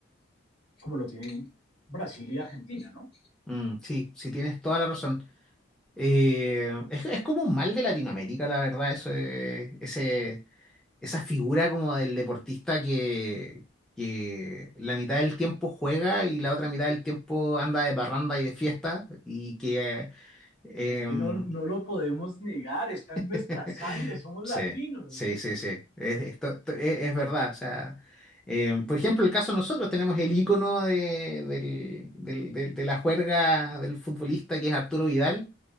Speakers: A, on the left; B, in the centre.
A: como lo tienen Brasil y Argentina, ¿no?
B: mm, Sí, sí, tienes toda la razón. Eh, es, es como un mal de Latinoamérica, la verdad, eso, eh, ese, esa figura como del deportista que, que la mitad del tiempo juega y la otra mitad del tiempo anda de barranda y de fiesta y que... em,
A: Es que no, no lo podemos negar, está
B: <laughs>
A: en nuestra sangre, somos
B: sí,
A: latinos.
B: sí, sí, sí, es, es to- to- es- es verdad. O sea, em, por ejemplo, el caso de nosotros tenemos el ícono de, del- del- del- de la juerga del futbolista que es Arturo Vidal.